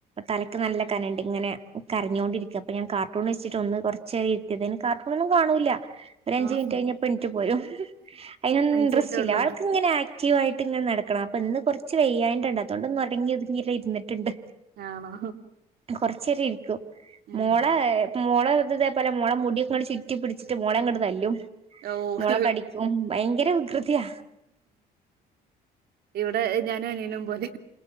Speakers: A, on the right; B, on the right.
A: തലക്ക്നല്ലകനണ്ട്ഇങ്ങനെ കരഞ്ഞുകൊണ്ടിരി ചെപ്പം ഞാൻകാർട്ടൂൺവെച്ചിട്ട് ഒന്ന്കൊറചേരര്ത്തിയതിന് കാർട്ടൂണോന്നുംകാണൂല്ല ഒരഞ്ചുമിനിറ്റ്കഴിഞ്ഞപെണിറ്റ്
B: ആഹ്
A: പോരുംഅയിനൊന്നിൻട്രസ്റ്റില്ല
B: അഞ്ച് മിനിറ്റ് ഉള്ളത്
A: ആൾക്കിങ്ങനെആ ക്റ്റീവായിട്ട്ങ്ങനെ നടക്കണംഅപ്പൊ ഇന്ന്കൊറച്ച് വെയ്യായിണ്ട്ണ്ട് അതോണ്ട്ന്ന് അടങ്ങിഒതുങ്ങിര്ന്ന്ട്ട്ണ്ട്
B: ആണോ
A: കൊറച്ചേരരിക്കും
B: ഉം
A: മോളേമോളെഇത് തേപോലെമോളേ മുടിക്കെണ്ട്ചുറ്റിപിടിച്ചിട്ട്മോങ്ങണ്ട്തല്ലും.
B: ഓഹ്
A: മോളേകടിക്കുംഭയങ്കരവികൃതിയ
B: ഇവിടെഞാനുംഅനിയനും പോലെ